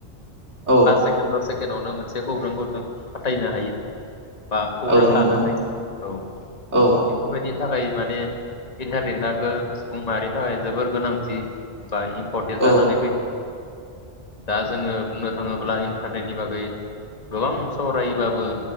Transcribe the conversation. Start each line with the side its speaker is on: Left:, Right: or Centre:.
Right: औ
Left: पास सेकण्ड दस सेकण्ड नावनो मोनसे खौरांखौ जों फाथायनो हायो। बा खौरां
Right: औ नंगौ
Left: लानो हायो औ
Right: औ
Left: बेफोरबायदि नि थाखाय माने इन्टारनेट <unintelligible> सुबुं माहारिनि थाखाय जोबोर गोनांथि बा इम्परटेन्ट
Right: औ
Left: जानानै फै दा जोङो बुंनो थाङोब्ला इन्टारनेटनि बागै गोबां सावरायोबाबो